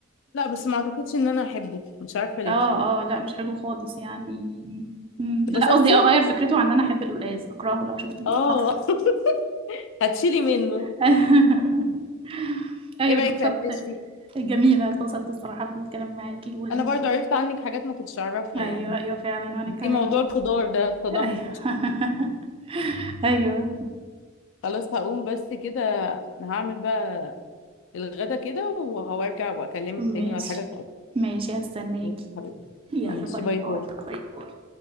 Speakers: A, on the left; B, on the right.
A: لا بس ما اعتقدش ان انا احبه مش عارفه ليه
B: اه اه لا مش حلو خالص يعني مم،
A: اتبسطتي؟
B: لا قصدي اغير فكرته عن ان انا احب القلقاس اكرهه لو شفته بالظبط
A: اه <laughs> هتشيلي منه
B: <laughs> ايوه
A: ايه رايك
B: اتبسطت
A: في اسئلتي؟
B: جميله اتبسطت الصراحه بالكلام معاكي وال...
A: انا برضو عرفت عنك حاجات ما كنتش اعرفها
B: ايوه
A: يعني
B: ايوه فعلا وانا كمان
A: في موضوع الخضار ده اتصدمت
B: ايوه <laughs> ايوه
A: خلاص هقوم بس كده هعمل بقى الغدا كده وهرجع واكلمك
B: ماشي
A: تاني ولا حاجه
B: ماشي هستناكي
A: ماشي حبيبتي.
B: يلا
A: ماشي،
B: باي
A: باي باي
B: باي باي باي